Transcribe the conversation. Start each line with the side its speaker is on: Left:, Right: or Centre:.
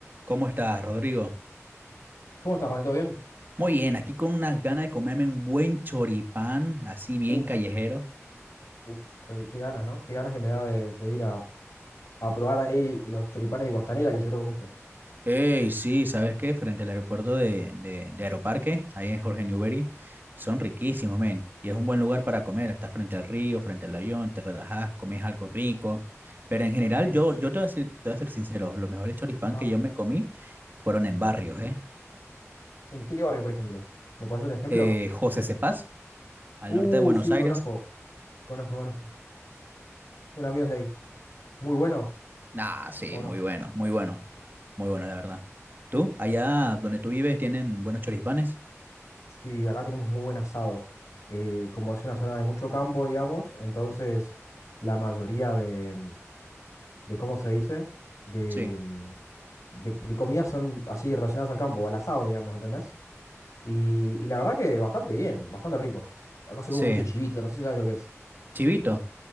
Right: ¿Cómo estás, Rodrigo?
Left: ¿Cómo estás, René? ¿Todo bien?
Right: Muy bien, aquí con unas ganas de comerme un buen choripán, así bien
Left: Uf,
Right: callejero.
Left: uf, qué, qué ganas, ¿no? Qué ganas que me da de, de ir a, a probar ahí los choripanes de Costanera que seguro comiste.
Right: Ey, sí, ¿sabes qué? Frente al aeropuerto de, de, de Aeroparque, ahí en Jorge Newbery, son riquísimos, men. Y es un buen lugar para comer, estás frente al río, frente al avión, te relajas, comes algo rico. Pero en general,
Left: Sí,
Right: yo,
Left: sí, sí.
Right: yo te voy a decir- te voy a ser sincero, los mejores choripán
Left: Ajá.
Right: que yo me comí fueron en
Left: Sí.
Right: barrios, ¿eh?
Left: ¿En qué barrio, por ejemplo? ¿Me puedes hacer un ejemplo?
Right: Eh, José Cepaz, al
Left: Uy,
Right: norte de Buenos
Left: sí,
Right: Aires.
Left: conozco, conozco, conozco. Un amigo es de ahí. ¿Muy bueno
Right: Ah, sí,
Left: o
Right: muy
Left: no?
Right: bueno, muy bueno. Muy bueno la verdad. ¿Tú? Allá donde tú vives tienen buenos choripanes.
Left: Sí, acá tenemos muy buen asado. Eh, como es una zona de mucho campo, digamos, entonces la mayoría de, mm, de ¿cómo se dice? De,
Right: Sí.
Left: mm, de, de comidas son así relacionadas al campo, al asado, digamos, ¿entendés? Y, y la verdad que bastante bien, bastante rico. Acá se
Right: Sí.
Left: come mucho chivito, no sé si sabes lo que es.
Right: Chivito.